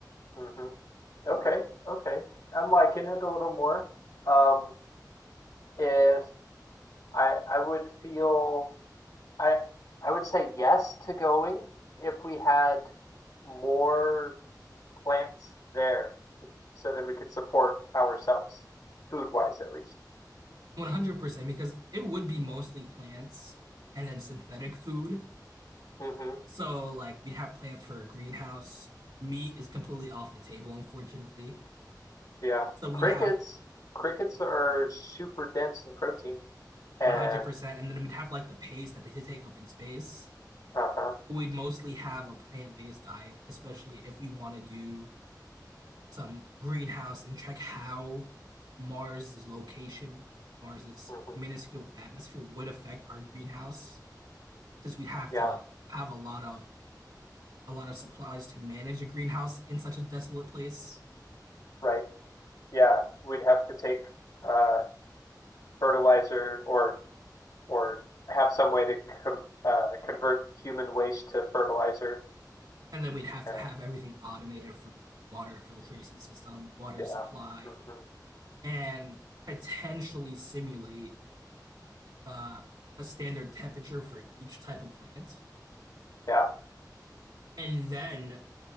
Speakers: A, on the left (about 55°); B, on the right (about 75°).
A: hmm Okay, okay. I'm liking it a little more. Um, if I I would feel I I would say yes to going if we had more plants there so that we could support ourselves, food wise at least.
B: 100%, because it would be mostly plants and then synthetic food.
A: hmm
B: So, like, we'd have plants for a greenhouse. Meat is completely off the table, unfortunately.
A: Yeah.
B: So, we'd
A: Crickets.
B: have
A: Crickets are super dense in protein. And
B: 100%, and then we'd have like the paste that they could take up in space.
A: uh-huh.
B: We'd mostly have a plant-based diet, especially if we want to do some greenhouse and check how Mars's location, Mars's
A: hmm
B: minuscule atmosphere would affect our greenhouse, since we'd have
A: Yeah,
B: to have a lot of a lot of supplies to manage a greenhouse in such a desolate place.
A: right. Yeah, we'd have to take uh fertilizer or or have some way to com uh convert human waste to fertilizer.
B: And then we'd have to
A: And
B: have everything automated for water filtration system, water
A: yeah.
B: supply,
A: hmm
B: and potentially simulate uh, a standard temperature for each type of plant
A: Yeah.
B: And then